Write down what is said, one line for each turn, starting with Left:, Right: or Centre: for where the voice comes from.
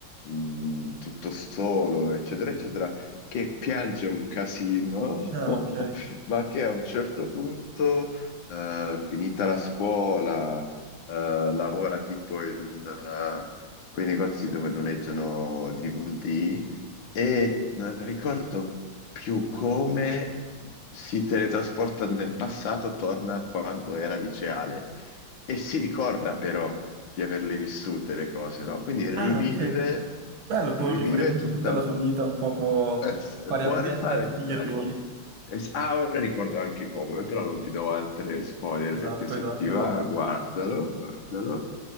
Left: mm, tutto solo, eccetera, eccetera, che piange un casino,
Right: Ah,
Left: <laughs>
Right: ok.
Left: ma che a un certo punto, eh, finita la scuola, eh, lavora tipo in un quei negozi dove noleggiano DVD e non ricordo più come si teletrasporta nel passato, torna a quando era liceale e si ricorda però di averle vissute le cose, no? Quindi rivive,
Right: Ah, ok. Bello, può
Left: rivive
Right: rifare un
Left: tutta,
Right: po' tutta
Left: l-
Right: la sua vita, un po' può
Left: eh,
Right: fare
Left: può
Right: ammenda
Left: rifare
Right: a tutti
Left: tutta
Right: gli errori.
Left: la vita eh, s- Ah, ora ricordo anche come, però non ti do altre spoiler
Right: Esatto,
Left: perché se
Right: esatto,
Left: ti va,
Right: esatto.
Left: guardalo, guardalo.